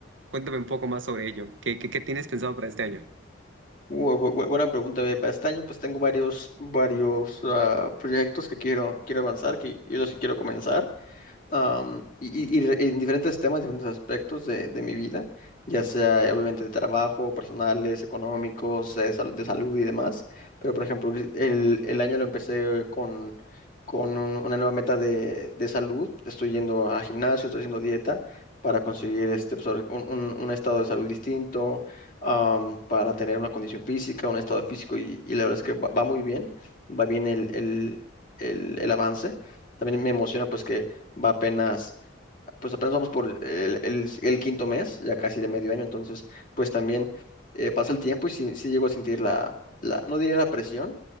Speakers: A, on the right; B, on the left.
A: Cuéntame un poco más sobre ello. ¿Qué, qué, qué tienes pensado para este año?
B: Bu- bu- bu- buena pregunta, ve, Para este año, pues tengo varios, varios ah, proyectos que quiero, quiero avanzar, que, y los que quiero comenzar. am, y, y- y re- en diferentes temas, diferentes aspectos de, de mi vida, ya sea eh, obviamente de trabajo, personales, económicos, eh, sal- de salud y demás. Pero, por ejemplo, el, el año lo empecé con, con un- una nueva meta de, de salud. Estoy yendo a gimnasio, estoy haciendo dieta para conseguir este, pues, ahora sí, un, un- un estado de salud distinto, am, para tener una condición física, un estado físico, y, y la verdad es que va, va muy bien, va bien el, el el- el avance. También me emociona pues que va apenas, pues apenas vamos por el, el- el quinto mes, ya casi de medio año, entonces pues también eh, pasa el tiempo y sí, sí llego a sentir la, la, no diría la presión,